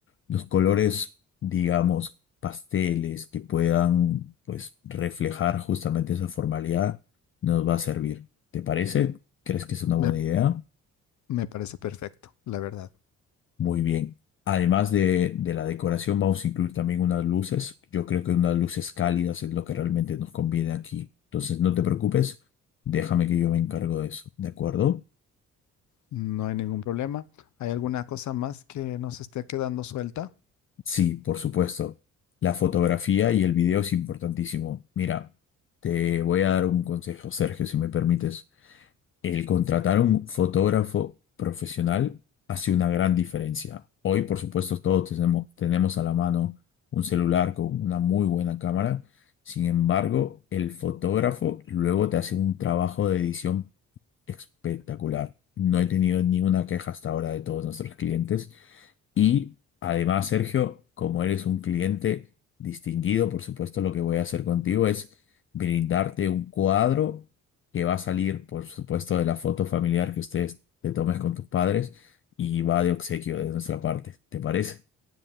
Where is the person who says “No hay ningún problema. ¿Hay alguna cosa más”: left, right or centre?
Left